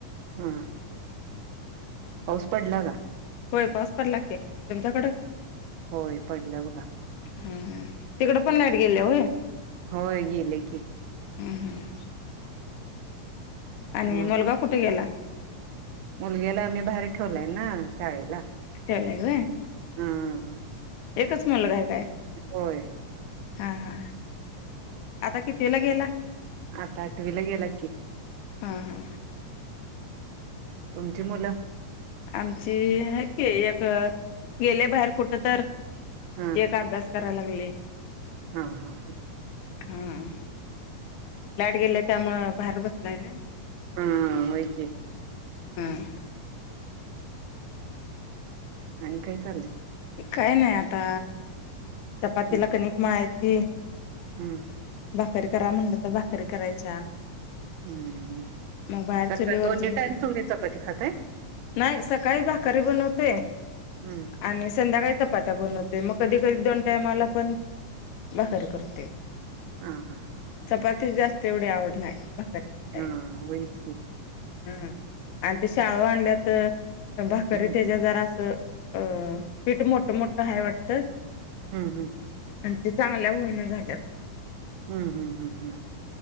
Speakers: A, on the right; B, on the left.
A: हम. पाऊस पडला का?
B: होय. पाऊस पडला की तुमच्याकडं?
A: होय. पडला बघा.
B: हा. तिकड पण लाईट गेले होय.
A: होय गेले की
B: हम् हम. आणि
A: मग
B: मुलगा कुठे गेला?
A: मुलग्याला आम्ही बाहेर ठेवलाय ना? शाळेला.
B: ठेवलाय होय?
A: हम्.
B: एकच मुलगाय काय?
A: होय.
B: हा हा. आता कितवीला गेला?
A: आता आठवीला गेला की.
B: हा हा.
A: तुमची मुलं?
B: आमची -हायेत की, एक गेलय बाहेर कुठ तर-
A: हा
B: एक अभ्यास करायला लागलय.
A: हा हा हा.
B: हा. लाइट गेले त्यामुळ बाहेर बसलाय ना? इकडं.
A: हा. होय की.
B: <inaudible>
A: आणि काय चाललं?
B: काय नाही आता -चपातीला
A: हम्म
B: कनिक मळायची-
A: हम्म.
B: भाकर करा म्हणलं तर भाकरी करायच्या-
A: हम्म.
B: मग बाहेर
A: सकाळी
B: चुलीवरच
A: दोन्ही
B: बनव
A: टाईम तुमी चपाती खाताय?
B: नाही सकाळी भाकरी बनवत- ते
A: हम्म
B: आणि संध्याकाळी चपात्या बनवते. मग कधी कधी दोन- टाइमला पण भाकरी करते
A: हा हा हा
B: चपाती जास्त तेवढी आवड नाही भाकरीच आहे
A: हा वईच हो
B: हा आणि ते शाळु आणल्या तर भाकरी
A: हम्म
B: त्याच्या जरा असं अ पीठ मोठ मोठं हय वाटतं
A: हम् हम
B: आणि ते चांगल्या होईना झाल्यात
A: हम्म हम्म हम्म हम्म हम्म